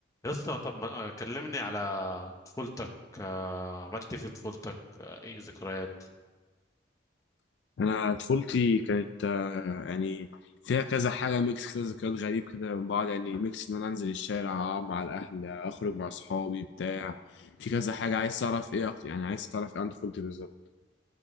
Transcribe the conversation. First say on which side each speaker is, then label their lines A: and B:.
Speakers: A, on the left; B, on the left.
A: يا اسطى طب ما- آه، كلمني على طفولتك آه، عملت إيه في طفولتك آه، اي ذكريات
B: انا طفولتي كانت آه، يعني فيها كذا حاجه ميكس كده ذكريات غريب كده من بعض يعني ميكس ان انا انزل الشارع أقعد مع الاهل اخرج مع اصحابي بتاع في كذا حاجه عايز تعرف ايه أكتر- يعني عايز تعرف ايه عن طفولتي بالظبط